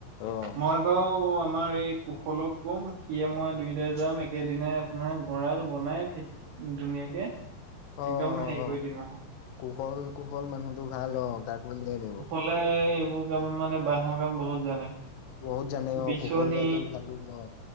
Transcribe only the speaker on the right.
মই বাও আমাৰ এই কুশলক ক'ম সিয়ে মই দুইটাই যাম একেদিনেই নাই গঁডৰাল বনাই ধুনীয়াকে
একদম হেৰি কৰি দিম আৰু
এফালে এইবোৰ কাম মানে বাঁহৰ কাম বহুত জানে
বিচনী